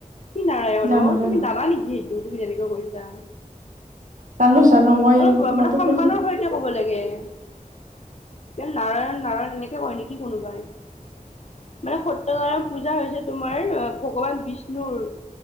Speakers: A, on the left; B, on the right.
A: কি নাৰায়ণ
B: জানো
A: অ
B: জানো
A: তুমি নাবা নেকি সেইটো তুমি তেনেকুৱৈ কৈছা
B: জানো জানো মই
A: অলপ মানে
B: মইতো
A: সন্মানৰ
B: পুজি
A: সৈতে ক'ব লাগে ন্ত নাৰায়ণ নাৰায়ণ এনেকে কয় নেকি কোনোবাই মানে সত্য় নায়ৰ পূজা হৈছে তোমাৰ ভগৱান বিষ্ণুৰ